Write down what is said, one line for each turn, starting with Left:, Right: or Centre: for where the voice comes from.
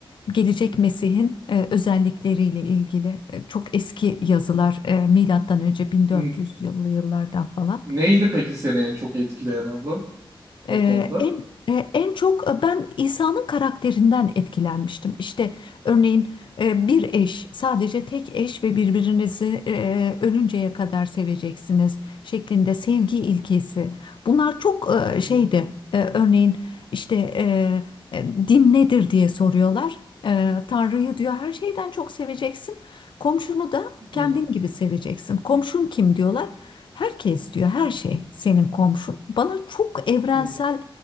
Left: Gelecek Mesih'in e, özellikleriyle ilgili e, çok eski yazılar
Right: hı.
Left: e, milattan önce 1400
Right: N-
Left: yıllı yıllardan falan.
Right: Neydi peki seni en çok etkileyen abla? o
Left: Ee,
Right: konuda.
Left: en e, en çok e, ben İsa'nın karakterinden etkilenmiştim. İşte örneğin e, bir eş, sadece tek eş ve birbirinizi e, ölünceye kadar seveceksiniz şeklinde sevgi ilkesi. Bunlar çok
Right: Hı
Left: e,
Right: hı,
Left: şeydi. E, Örneğin işte e, e, din nedir diye soruyorlar. E, Tanrı'yı diyor her şeyden çok seveceksin. Komşunu da Kendin
Right: hı,
Left: gibi seveceksin. Komşun kim diyorlar? Herkes diyor, her şey senin komşun. Bana çok evrensel
Right: hı,